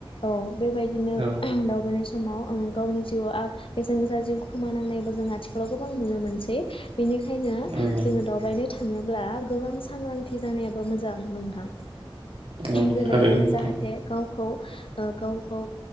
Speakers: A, on the left; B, on the right.
A: औ। बेबायदिनो
B: औ
A: दावबायनाय स समाव ओं गावनि जिउआव आ बेसेन गोसा जिउ खोमानांनायबो जों आथिखालाव गोबां नुनो मोनसै। बेनिखायनो
B: औ
A: जोंङो दावबायनो थाङोब्ला गोबां सांग्रांथि जानायाबो मोजां नोंथां।
B: औ
A: बेबायदिनो
B: थारैनो नोंथां
A: जाहाथे गावखौ <inaudible> ओ गावखौ